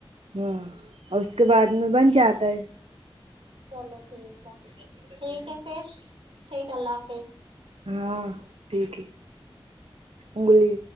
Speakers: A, on the right; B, on the right.
A: ہاں اور اس کے بعد میں بن جاتا ہے
B: چلو ٹھیک ہے ٹھیک ہے پھر ٹھیک ہے اللہ حافظ
A: ہاں ٹھیک ہے انگلی